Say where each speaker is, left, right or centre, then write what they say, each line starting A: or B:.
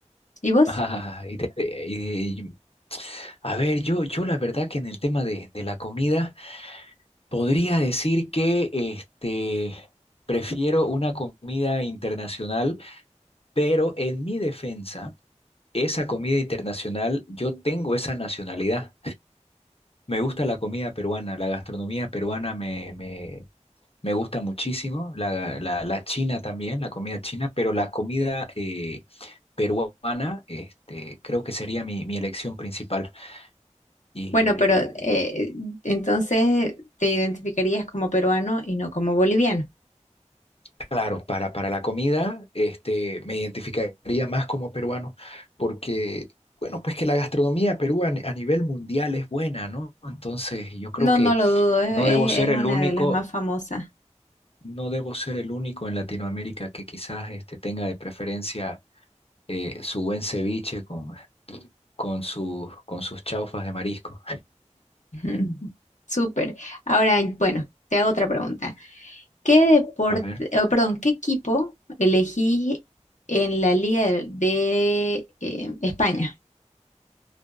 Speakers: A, on the left; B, on the left.
A: ¿Y vos?
B: Ah, y te- y- y- a ver, yo, yo la verdad que en el tema de, de la comida podría decir que este, prefiero una comida internacional, pero en mi defensa... esa comida internacional, yo tengo esa nacionalidad. Me gusta la comida peruana, la gastronomía peruana me, me, me gusta muchísimo, la, la, la china también, la comida china, pero la comida eh, peruana este, creo que sería mi, mi elección principal. Y
A: Bueno, pero eh, entonces te identificarías como peruano y no como boliviano.
B: Claro, para, para la comida, este, me identificaría más como peruano, porque, bueno, pues que la gastronomía peruana a ni- a nivel mundial es buena, ¿no? Entonces, yo creo
A: No,
B: que
A: no lo dudo, es,
B: no
A: es
B: debo ser
A: es
B: el
A: una
B: único,
A: de las más famosas.
B: no debo ser el único en Latinoamérica que quizás este, tenga de preferencia eh, su buen ceviche con, con, su- con sus chaufas de marisco.
A: Ujú,
B: Mm.
A: Súper. Ahora, bueno, te hago otra pregunta. ¿Qué deporte,
B: A ver,
A: oh, perdón, qué equipo elegís en la Liga de, de, eh, España?